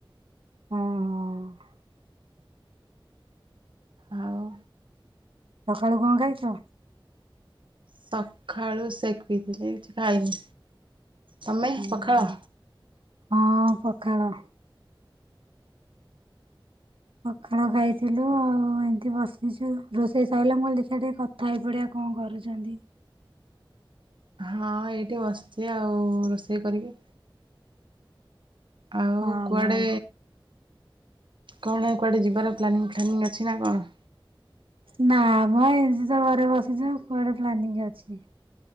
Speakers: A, on the right; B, on the right.
A: ଅଁ ହଁ।
B: ଆଓ।
A: <unintelligible> ଖାଳୁ କଁ ଖାଇଚ?
B: ସଖାଳୁ ସେକ୍ ପିଥିଲେ କିଛି ଖାଇନି ତମେ
A: ହୁଁ
B: ପଖାଳ?
A: ହଁ ପଖାଳ। ପଖାଳ ଖାଇ <unintelligible> ଥିଲୁ ଆଉ ଏମିତି ବସିଚୁ ରୋଷେଇ ସାରିଲା ମୁଁ <unintelligible> ଲି ଦେଖିଆ ଟିକେ କଥା ହେଇପଡ଼ିବା କଁ କରୁଚନ୍ତି।
B: ହଁ ଏଇଠି ବସିଚି ଆଉ ରୋଷେଇ କରିକି। ଆଉ
A: ହଁ
B: କୁଆଡେ
A: ହଁ
B: କୁଆଡେ କୁଆଡେ ଯିବାର ପ୍ଲାନିଂ ଫ୍ଲାନିଂ ଅଛି ନା କଣ?
A: ନା ମ ଏ <unintelligible> ଘରେ ବସିଚି କୁଆଡେ ପ୍ଲାନିଂ ଅଛି।